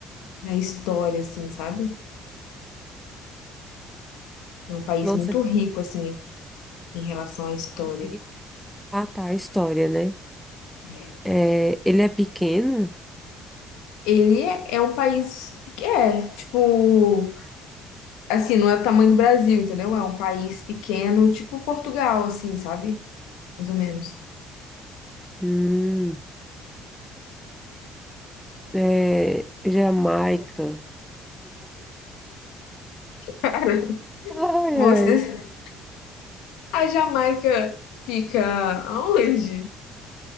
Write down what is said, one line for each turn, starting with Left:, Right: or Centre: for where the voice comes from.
Left: Na história, assim, sabe? É um país
Centre: Nossa,
Left: muito rico, assim, em relação à história.
Centre: que rico. ah, tá, a história, né?
Left: É.
Centre: É, ele é pequeno?
Left: Ele é, é um país que é, tipo, assim, não é o tamanho do Brasil, entendeu? É um país pequeno, tipo Portugal, assim, sabe? Mais ou menos.
Centre: Hum, é, Jamaica.
Left: Cara, <laughs>
Centre: Ai, ai.
Left: você A Jamaica fica aonde?